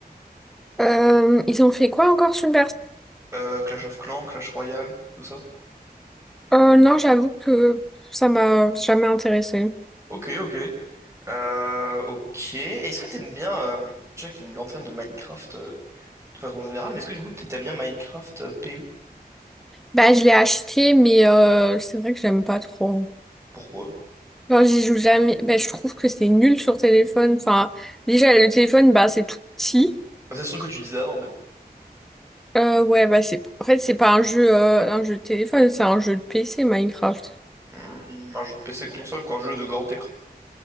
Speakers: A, in the centre; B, on the right.
A: Euh, ils ont fait quoi encore sur le
B: Euh, Clash of Clans, Clash Royale, tout ça.
A: Euh, non, j'avoue que ça m'a jamais intéressée.
B: Ok, ok. Euh, ok. Est-ce que t'aimes bien... euh, je sais que t'es une grande fan de Minecraft euh, de façon générale, mais est-ce que du coup t'aimes bien Minecraft euh, PE?
A: Bah, je l'ai acheté, mais euh, c'est vrai que j'aime pas trop.
B: Pourquoi?
A: Genre, j'y joue jamais. Bah, je trouve que c'est nul sur téléphone. Enfin, déjà, le téléphone, bah, c'est tout petit.
B: Bah, c'est ce truc que tu disais avant, en fait.
A: Euh, ouais, bah, c'est... En fait, c'est pas un jeu, euh, un jeu de téléphone, c'est un jeu de PC, Minecraft.
B: Hmm, un jeu de PC console, quoi, un jeu de grand écran.